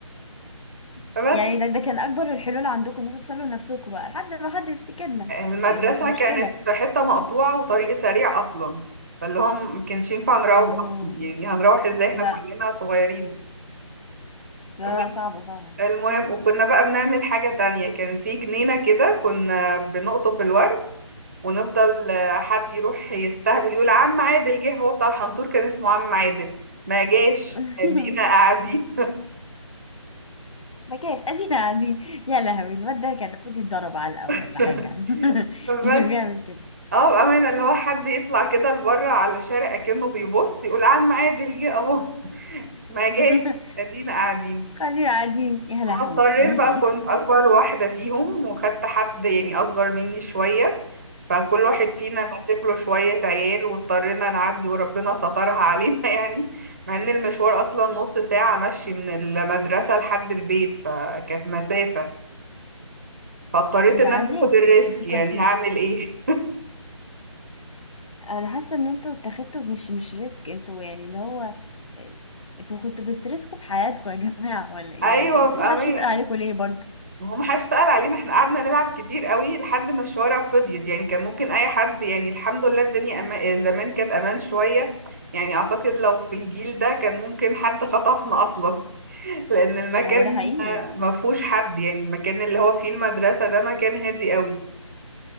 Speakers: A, on the right (about 30°); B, on the left (about 70°).
A: فبس
B: يعني ده ده كان اكبر الحلول عندكم ان انتوا تسلوا نفسكم بقى لحد ما حد يفتكرنا
A: المدرسة
B: يعني مش مشكله
A: كانت في حتة مقطوعة وطريق سريع أصلا فاللي هم ما كانش ينفع نروح
B: آه.
A: يعني هنروح ازاي احنا
B: لا
A: كلنا صغيرين
B: لا
A: بس
B: لا صعبه صعبه
A: المهم وكنا بقى بنعمل حاجة تانية كان في جنينة كده كنا بنقطف الورد ونفضل آه، حد يروح يستهبل يقول عم عادل جه هو بتاع الحنطور كان اسمه عم عادل ما جاش
B: <laughs>
A: ادينا قاعدين
B: ما كانش ادينا قاعدين يا لهوي الواد ده كان المفروض يتضرب على الاول
A: <laughs>
B: ولا حاجه <laughs>
A: بس
B: اللي بيعمل كده
A: اه بأمانة اللي هو حد يطلع كده لبره على شارع كأنه بيبص يقول عم عادل جه اهو <laughs> ما جاش
B: <laughs>
A: ادينا قاعدين
B: خلينا قاعدين يا لهوي
A: انا اضطريت بقى كنت اكبر واحدة فيهم وخدت حد يعني اصغر مني شوية فكل واحد فينا ماسك له شوية عيال واضطرينا نعدي وربنا سترها علينا <laughs> يعني مع ان المشوار اصلا نص ساعة مشي من المدرسة لحد البيت فكانت مسافة فاضطريت
B: <laughs>
A: ان
B: ده عذاب
A: انا اخد الريسك
B: انتوا
A: يعني
B: كنتوا
A: هعمل ايه
B: انا حاسه ان انتوا اتخذتوا مش مش ريسك انتوا يعني اللي هو انتوا كنتوا بترسكوا بحياتكم يا <laughs> جماعه ولا ايه
A: <laughs> ايوه
B: وفي
A: بأمانة
B: حدش يسأل عليكم ليه برضه
A: ما هو ما حدش سأل علينا احنا قعدنا نلعب كتير قوي لحد ما الشوارع فضيت يعني كان ممكن اي حد يعني الحمد لله الدنيا أما... زمان كانت امان شوية يعني اعتقد لو في الجيل ده كان ممكن حد خطفنا اصلا <laughs> لان المكان
B: هو ده حقيقي
A: ما فيهوش حد يعني المكان اللي هو فيه المدرسة ده مكان هادي قوي